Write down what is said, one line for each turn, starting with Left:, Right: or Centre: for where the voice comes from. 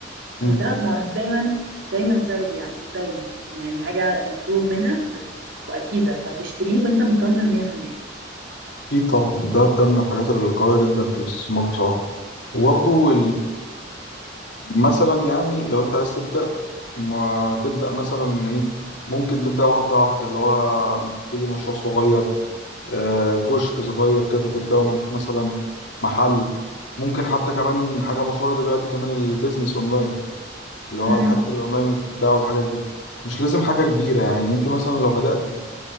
Left: امم
Right: والدهب معروف دايما دايما سعره بيعلى دايما يعني حاجة مفروغ منها وأكيدة فتشتريه وانت مطمن 100%
Left: اكيد طبعا ده ده من الحاجات القويه جدا في الاستثمار بصراحه وبرضه مثلا يعني لو انت عايز تبدأ ما تبدأ مثلا ايه ممكن تبدأ واحدة واحدة اللي هو تبتدي مشروع صغير آه كشك صغير كده تبدأه من مثلا محل ممكن حتى كمان حاجة مشهورة دلوقتي كمان البيزنس اونلاين اللي هو
Right: امم
Left: الحاجات الاونلاين اللي بتتباع والحاجات دي مش لازم حاجة كبيرة يعني انت مثلا لو بدأتي